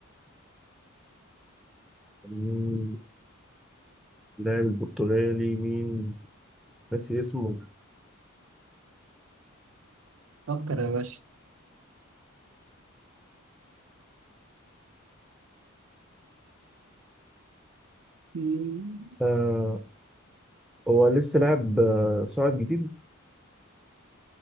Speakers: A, in the centre; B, on the right (about 70°).
A: مم. لاعب البرتغالي مين ناسي اسمه
B: فكر
A: مم.
B: يا باشا مم.
A: آه. هو لسه لاعب آه، صاعد جديد